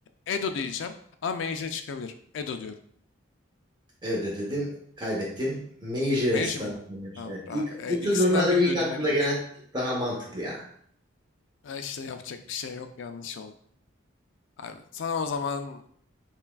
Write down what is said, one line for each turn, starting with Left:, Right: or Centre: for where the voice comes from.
Left: Edo diyeceğim ama Meiji çıkabilir. Edo diyorum.
Right: Evet dedin, kaybettin. Meiji restorasyonu.
Left: Meiji miyim?
Right: demiş.
Left: Tamamdır
Right: Evet, ilk,
Left: abi. Evet,
Right: bu tür
Left: ikisinden
Right: durumlarda
Left: birini
Right: ilk
Left: duydum
Right: aklına
Left: eminim
Right: gelen
Left: çünkü.
Right: daha mantıklı ya.
Left: Ha işte yapacak bir şey yok yanlış oldu. Abi sana o zaman